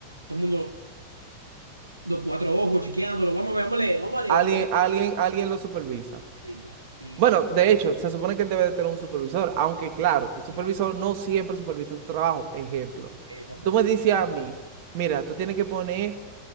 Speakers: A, on the right (about 80°); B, on the right (about 45°).
A: todo el mundo, dos, cuatro ojos, chequeándolo, vamos a ver, vamos a leer, vamos a leer,
B: Alguien,
A: vamos a leer.
B: alguien, alguien lo supervisa.
A: Sí, claro, y
B: Bueno,
A: sí,
B: de hecho, se supone que él debe de tener un supervisor, aunque claro, el supervisor
A: claro,
B: no siempre supervisa tu trabajo. Ejemplo,
A: exactamente.
B: si tú me dices a mí, mira, tú tienes que poner,